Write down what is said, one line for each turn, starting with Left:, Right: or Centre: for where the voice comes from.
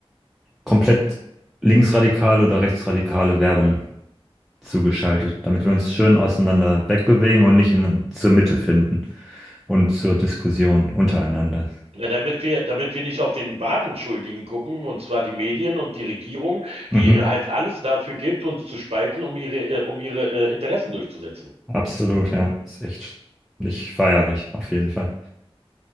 Centre: komplett linksradikale oder rechtsradikale Werbung zugeschaltet, damit wir uns schön auseinander wegbewegen und nicht in, zur Mitte finden und zur Diskussion untereinander.
Right: Na, damit wir, damit wir nicht auf den wahren Schuldigen gucken, und zwar die Medien und die Regierung,
Centre: Mhm,
Right: die äh, halt alles dafür gibt, uns zu spalten, um ihre, äh, um ihre äh, Interessen durchzusetzen.
Centre: absolut, ja. Ist echt nicht feierlich, auf jeden Fall.